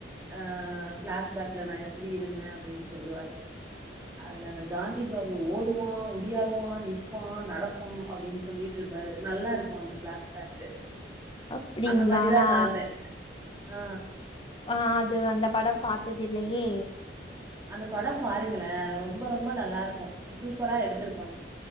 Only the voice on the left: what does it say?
அப்டிங்களா
நா
ஆ அது அந்த படம் பாத்ததில்லயே